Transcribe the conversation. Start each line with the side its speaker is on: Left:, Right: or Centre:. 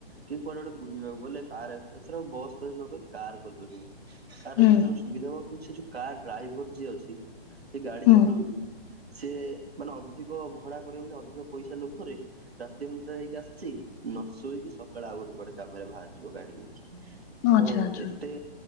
Right: କି କୁଆଡେ ଗୁଟେ ବୁଲିବାକୁ ଗଲେ କାରା ବସ୍ ଫସ ନକରି କାର କରିଦଉଛନ୍ତି। କାର
Left: ହୁଁ
Right: ଗ ତାଙ୍କ ସୁବିଧା ହବ। କିନ୍ତୁ ସେ ଯୋ କାର୍ ଡ୍ରାଇଭର ଯିଏ ଅଛି ସେ ଗାଡି
Left: ହୁଁ
Right: ଚଲଉଛି ସେ ମାନେ ଅଧିକ ଭଡା କରିବ ବୋଲି ଅଧିକ ପଇସା ଲୋଭରେ ରାତି ଘଣ୍ଟଟା ହେଇକି ଆସିଛି ନ ଶୋଇକି ସକାଳେ ଆଉ ଗୋଟେ କୁଆଡେ କାମରେ ବାହାରିଯିବ ଗାଡି ନେଇକି।
Left: ଆଚ୍ଛା
Right: ତ
Left: ଆଚ୍ଛା
Right: ଏତେ